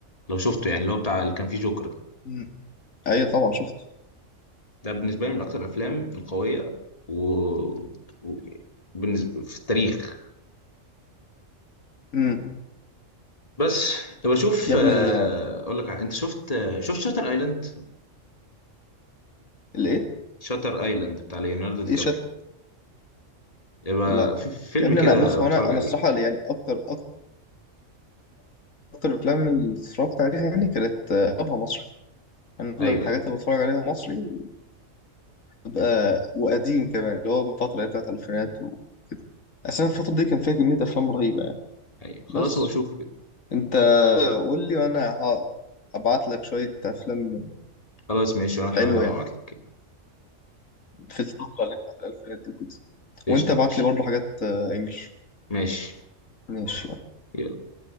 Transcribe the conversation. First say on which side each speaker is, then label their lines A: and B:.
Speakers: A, on the left; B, on the left.
A: لو شفته يعني اللي هو بتاع اللي كان فيه جوكر
B: مم. ايوه طبعا شفت
A: ده بالنسبة لي من أكتر الأفلام القوية و... و... بالنسبة في التاريخ
B: امم
A: بس طب أشوف
B: يا
A: آه،
B: ابني آه،
A: أقول لك ع- أنت شفت آه، شفت شاتر أيلاند؟
B: الايه
A: شاتر أيلاند بتاع ليوناردو دي
B: ايه
A: كابريو
B: شت
A: يبقى
B: لا
A: في فيلم
B: يا ابني
A: كده
B: انا بص
A: بتفرج
B: هو انا انا
A: عليه
B: الصراحه يعني اكتر اكتر الافلام اللي اتفرجت عليها يعني كانت آه، اغلبها مصري انا اغلب
A: أيوه
B: الحاجات
A: أيوه
B: اللي بتفرج عليها مصري وبتبقى وقديم كمان اللي هو الفتره اللي هي بتاعت الالفينات وكده اصلا الفتره دي كان فيها كميه افلام رهيبه يعني
A: أيوه خلاص
B: بس
A: هو أشوفه كده
B: انت قول لي وانا ه- هبعت لك شويه افلام
A: خلاص ماشي وأنا
B: حلوه
A: كمان هبقى
B: يعني
A: أبعت لك كده
B: في الفتره اللي هي بتاعت الالفينات دي كده
A: قشطة
B: وانت ابعت
A: ماشي
B: لي برضه حاجات آه، انجلش
A: ماشي
B: ماشي
A: يلا